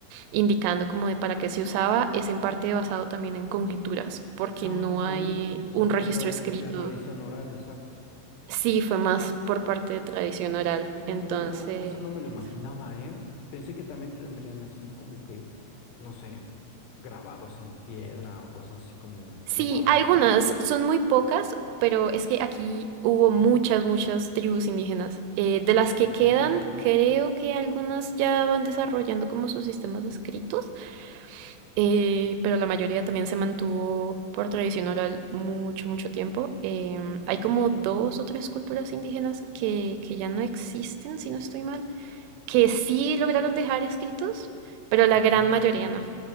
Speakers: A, on the right (about 85°); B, on the left (about 80°).
A: indicando como de para qué se usaba, es en parte basado también en conjeturas, porque
B: Ah,
A: no
B: ok.
A: hay
B: En
A: un registro
B: La tradi-
A: escrito.
B: la tradición oral, exacto.
A: Sí, fue más por parte de tradición oral.
B: Oye,
A: Entonces,
B: no, no, eso no me lo imaginaba, ¿eh? Pensé que también tendrían así como que, no sé, grabados en piedra o cosas así como
A: sí,
B: llegó a ver
A: algunas
B: aquí.
A: son muy pocas, pero es que aquí hubo muchas, muchas tribus indígenas. Eh, de las que
B: Oh,
A: quedan, creo que algunas ya van desarrollando como sus sistemas escritos. Eh, pero la mayoría también se mantuvo por tradición oral mucho, mucho tiempo. Em, hay como dos o tres culturas indígenas que, que ya no existen, si no estoy mal, que sí lograron dejar escritos, pero la
B: ok,
A: gran mayoría no.